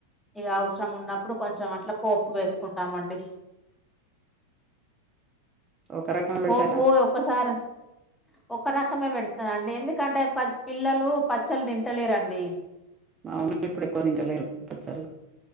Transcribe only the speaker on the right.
ఒక రకం పెడతారా
అవును ఇప్పుడు ఎక్కువ తింటలేరు, పచ్చళ్ళు